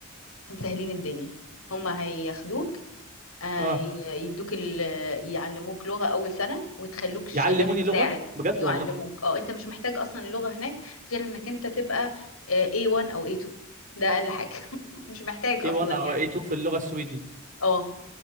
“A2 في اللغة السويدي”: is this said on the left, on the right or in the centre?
Right